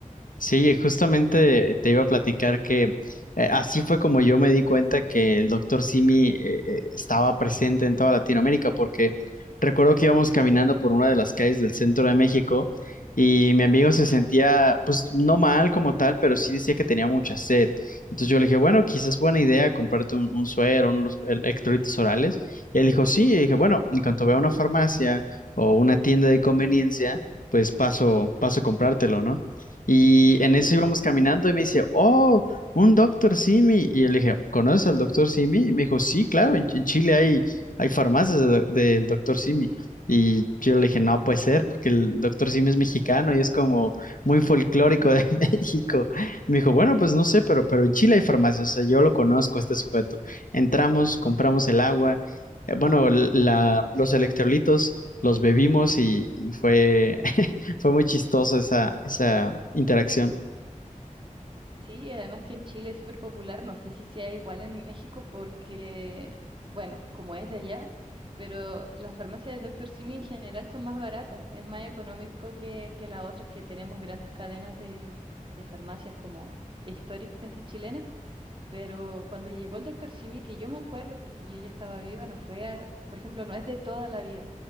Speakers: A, on the left (about 75°); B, on the right (about 35°).
A: Sí, justamente te iba a platicar que eh, así fue como yo me di cuenta que el doctor Simi eh, eh, estaba presente en toda Latinoamérica, porque recuerdo que íbamos caminando por una de las calles del centro de México y mi amigo se sentía, pues no mal como tal, pero sí decía que tenía mucha sed. Entonces yo le dije, bueno, quizás buena idea comprarte un, un suero, unos electrolitos orales. Y él dijo, sí, y dije, bueno, en cuanto vea una farmacia o una tienda de conveniencia, pues paso, paso a comprártelo, ¿no? Y en
B: Ujú.
A: eso íbamos caminando y me dice, oh, un doctor Simi. Y yo le dije, ¿conoces al doctor Simi? Y me dijo, sí, claro, en Ch- en Chile hay, hay farmacias de doc- del doctor Simi. Y yo le dije, no puede ser, porque el doctor Simi es mexicano y es como muy folclórico de <laughs> México. Y me dijo, bueno, pues no sé, pero, pero en Chile hay farmacias, o sea, yo lo conozco, a este sujeto. Entramos, compramos el agua, eh, bueno, l- la, los electrolitos, los bebimos y y fue <laughs> Fue muy chistoso esa, esa interacción.
B: Sí, además que en Chile es súper popular, no sé si sea igual en México porque, bueno, como es de allá, pero las farmacias del doctor Simi en general son más baratas, es más económico que, que las otras que tenemos grandes cadenas de, de farmacias como históricas y chilenas. Pero cuando llegó el doctor Simi, que yo me acuerdo porque yo ya estaba viva, no fue, a- por ejemplo, no es de toda la vida.